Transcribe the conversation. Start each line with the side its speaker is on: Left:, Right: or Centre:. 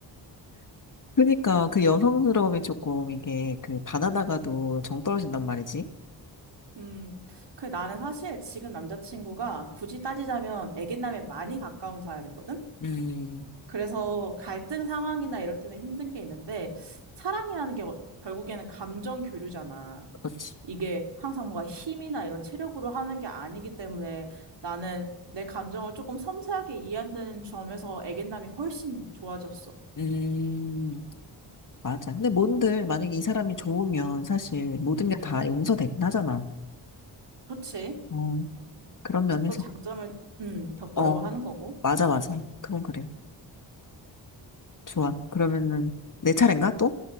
Left: 그러니까 그 여성스러움이 조금 이게 그 바나나가도 정 떨어진단 말이지.
Right: 음. 근데 나는 사실 지금 남자친구가 굳이 따지자면 애견남에 많이 가까운 사람이거든?
Left: 음,
Right: 그래서 갈등 상황이나 이럴 때는 힘든 게 있는데 사랑이라는 게 어- 결국에는 감정 교류잖아.
Left: 그렇지.
Right: 이게 항상 뭔가 힘이나 이런 체력으로 하는 게 아니기 때문에 나는 내 감정을 조금 섬세하게 이해한다는 점에서 애견남이 훨씬 좋아졌어.
Left: 음, 맞아. 근데 뭔들 만약에 이 사람이 좋으면 사실 모든
Right: 음,
Left: 게 다 용서되긴 하잖아.
Right: 그렇지.
Left: 어, 그런 면에서.
Right: 또 장점을 음, 더 보려고
Left: 어,
Right: 하는 거고.
Left: 맞아, 맞아. 그건 그래. 좋아. 그러면은 내 차례인가 또?